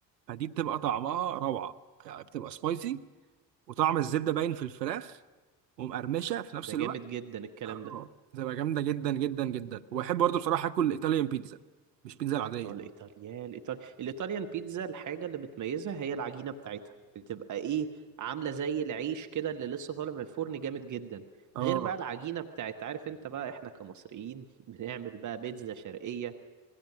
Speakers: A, on the right; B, on the right.
A: فدي بتبقى طعمها روعه يعني بتبقى سبايسي وطعم الزبده باين في الفراخ ومقرمشه في نفس
B: ده جامد
A: الوقت
B: جدا الكلام
A: اه
B: ده
A: بتبقى جامده جدا جدا جدا وبحب برضه بصراحه اكل الايطاليان بيتزا مش بيتزا العاديه
B: اه الايطاليا الايطالي الايطاليان بيتزا الحاجه اللي بتميزها هي العجينه بتاعتها بتبقى ايه عامله زي العيش كده اللي لسه طالع من الفرن جامد جدا
A: اه
B: غير بقى العجينه بتاعت عارف انت بقى احنا كمصريين <laughs> بنعمل بقى بيتزا شرقيه